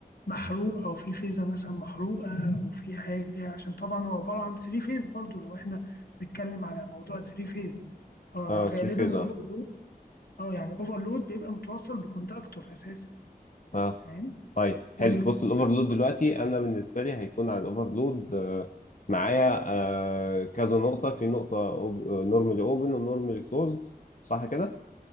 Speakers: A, on the left; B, on the left.
A: محروق أو في فيزة مثلا محروقة أو في حاجة عشان طبعا هو عبارة عن ثري فيز برضو لو إحنا بنتكلم على موضوع ثري فيز آه
B: اه
A: غالبا
B: سويتش فيز
A: الأوفرلود
B: اه
A: أه يعني أوفرلود بيبقى متوصل بكونتاكتور أساسا
B: اه
A: تمام
B: طيب
A: والكونتاكتور
B: حلو بص الاوفرلود دلوقتي انا بالنسبه لي هيكون على الاوفرلود آه معايا آه كذا نقطه في نقطه نورمالي اوبن ونورمالي كلوزد صح كده